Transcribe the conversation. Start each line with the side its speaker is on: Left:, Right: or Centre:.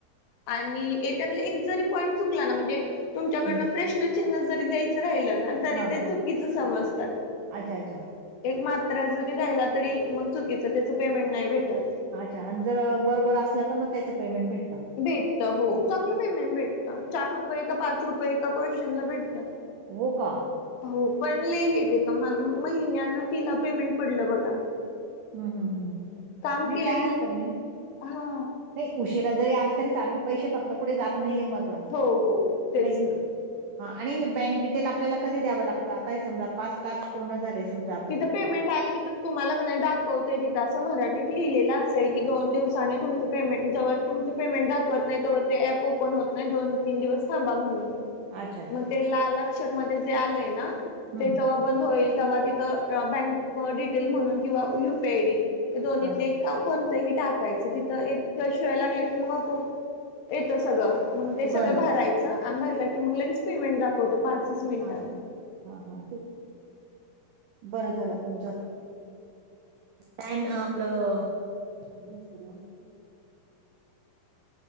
Left: आणि त्यातला एक जरी पॉईंट चुकला ना म्हणजे तुमच्याकडन
Right: हं,
Left: प्रश्न चिन्ह जरी द्यायचं राहिल ना तरी
Right: हा
Left: ते
Right: हा
Left: चुकीच समजतात.
Right: अच्छा अच्छा
Left: एक मात्रा जरी राहिला तरी मग चुकीचं त्याच पेमेंट नाही भेटत.
Right: अच्छा आणि जर बरोबर असलं तर मग त्याचं पेमेंट भेटतं.
Left: भेटत हो चांगलं पेमेंट भेटत चार रुपये का पाच रुपये एका क्वशनला भेटतात.
Right: हो का.
Left: हो पण ललेलेट तर म महिन्यानं तिला पेमेंट पडलं बघा.
Right: हं, हं, हं.
Left: काम
Right: नाही
Left: केले
Right: काय हरकत नाही
Left: हा.
Right: नाही उशिरा जरी आला तरी चालेल पैसे फक्त कुे जात नाही हे महत्वाचं
Left: हो हो तेच
Right: नाही का
Left: ना.
Right: हा आणि हे बँक डिटेल आपल्याला कधी द्यावं लागतं आता हे समजा पाच टास्क पूर्ण झाले समजा आपले
Left: तिथं पेमेंट आली की त तुम्हाला नाही दाखवते तिथं असं मराठीत लिहिलेलं असेल की दोन दिवसानी तुमच्या पेमेंट जेव तुमच पेमेंट दाखवत नाही तेवर ते ऍप ओपन होत नाही दोन तीन दिवस थांबा म्हणून.
Right: अच्छा अच्छा
Left: मग ते लाल अक्षर म जे आलंय ना
Right: हम्म
Left: ते जेव्हा बंद होईल तेव्हाि ब टे म्हणून कवा यीयडी दोण
Right: अच्छा
Left: ह टाकायचं तिथं एक त्या शिवाय लागलं की मग आप येतं सगळं. मग ते सगळं
Right: बरोबर
Left: भरायचं आम् भरलं की मग लगेच पेमेंट दाखवतो. पाचच मिनिटात
Right: अच्छाच्छा हा हा. बरं झालं तुमचं टाम आपलं. <unintelligible>